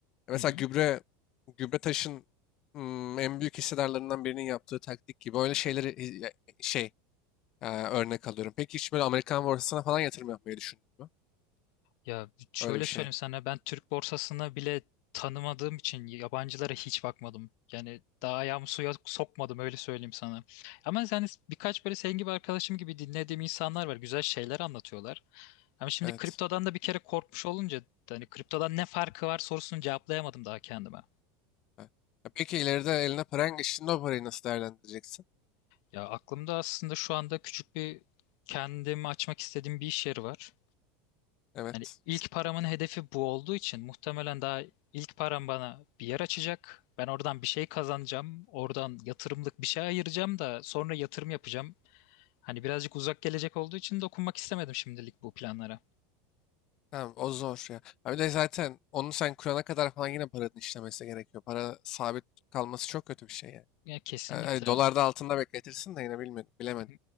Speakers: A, on the left (about 30°); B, on the left (about 50°).
A: Mesela
B: Hı hı.
A: gübre gübre taşın hmm, en büyük hissedarlarından birinin yaptığı taktik gibi öyle şeyleri hi- ya- şey e, örnek alıyorum. Peki hiç böyle Amerikan borsasına falan yatırım yapmayı düşündün mü?
B: Ya şöyle
A: Öyle bir şeye.
B: söyleyeyim sana ben Türk borsasını bile tanımadığım için yabancılara hiç bakmadım. Yani daha ayağımı suya sokmadım öyle söyleyeyim sana. Ama yani birkaç böyle senin gibi arkadaşım gibi dinlediğim insanlar var. Güzel şeyler anlatıyorlar. Ama şimdi
A: Evet.
B: kriptodan da bir kere korkmuş olunca hani kriptodan ne farkı var sorusunu cevaplayamadım daha kendime.
A: Ha. Ya Peki ileride eline paran geçtiğinde o parayı nasıl değerlendireceksin?
B: Ya aklımda aslında şu anda küçük bir kendimi açmak istediğim bir iş yeri var.
A: Evet.
B: Yani ilk paramın hedefi bu olduğu için muhtemelen daha ilk param bana bir yer açacak. Ben oradan bir şey kazanacağım. Oradan yatırımlık bir şey ayıracağım da sonra yatırım yapacağım. Hani birazcık uzak gelecek olduğu için dokunmak istemedim şimdilik bu planlara.
A: Tamam o zor ya. Ha Bir de zaten onu sen kurana kadar falan yine paranın işlemesi gerekiyor. Para sabit kalması çok kötü bir şey yani.
B: Ya kesinlikle.
A: Yani hani dolarda altında bekletirsin de yine bilmedim, bilemedim.
B: Hı hı.